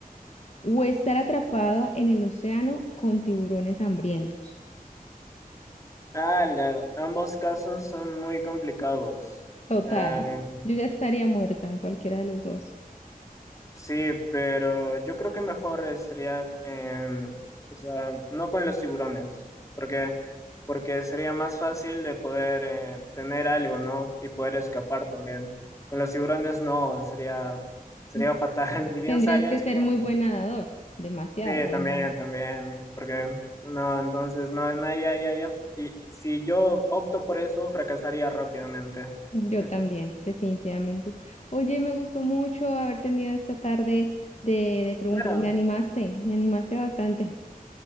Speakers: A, on the left; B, on the left.
A: o estar atrapado en el océano con tiburones hambrientos?
B: Ah, la- ambos casos son muy complicados.
A: Total,
B: Eh,
A: yo ya estaría muerta en cualquiera de los dos.
B: Sí, pero yo creo que mejor estaría, em, o sea, no con los tiburones, porque, porque sería más fácil de poder eh, tener algo, ¿no? Y poder escapar también. Con los tiburones no, sería, sería
A: Ujú.
B: fatal. <laughs> Ni bien
A: Tendrías
B: sales,
A: que ser
B: pum.
A: muy buen nadador, demasiado.
B: Sí,
A: bueno,
B: también, también, porque no, entonces no, no, ya, ya, ya. Y si yo opto por eso, fracasaría rápidamente.
A: yo
B: <laughs>
A: también, definitivamente. Oye, me gustó mucho haber tenido esta tarde de, de preguntas,
B: Claro,
A: me animaste, me animaste bastante.